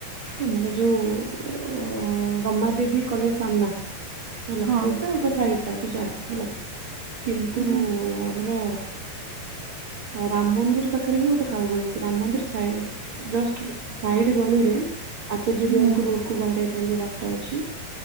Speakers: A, on the right; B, on the right.
A: ଆମର ଯୋଉ <unintelligible> ଅ ରମା ଦେବୀ କଲେଜ ସାମ୍ନା। ହେଲା
B: ହଁ।
A: ସେଇଟା ଆଉ ତା ସାରଟ ଟା ଯୋଉ ଚାଟ୍ ହେଲା। କିନ୍ତୁ
B: ହୁଁ
A: ଆମର ଆଉ ରାମ ମନ୍ଦିର ପାଖରେ ବି ଗୋଟେ ଖାଉଗଳି ଅଛି। ରାମ ମନ୍ଦିର ସା ଜଷ୍ଟ ସାଇଡ ଗଳିରେ, ଆଚାର୍ଯ୍ୟ ବିହାରକୁ
B: ହୁଁ
A: ରୋଡ କୁ ବାହାରିବା ପାଇଁ ଯୋଉ ବାଟ ଅଛି।